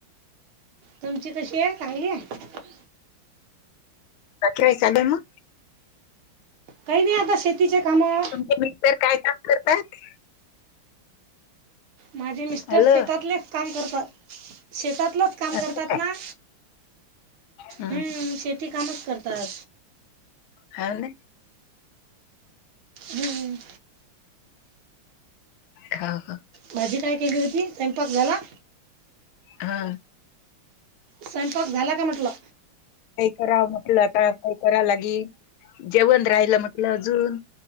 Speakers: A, on the right (about 80°); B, on the left (about 80°).
A: तुमची कशी आहे चांगली आहे.
B: कवाय चाले म
A: काही नाही आता शेतीचे कामं
B: तुमचे मिक्सर काय का? करतात.
A: माझे मिस्टर
B: हॅलो
A: शेतातलेच काम करतात शेतातलंच काम
B: असं
A: करतात
B: काय
A: ना.
B: हं.
A: हम्म शेती कामच करतात.
B: हा ना.
A: हम्म.
B: हा हा.
A: भाजी काय केली होती स्वयंपाक झाला.
B: हा.
A: स्वयंपाक झाला का म्हटलं.
B: कराव म्हटलं आता काय करा लागी जेवण राहिलं म्हटलं अजून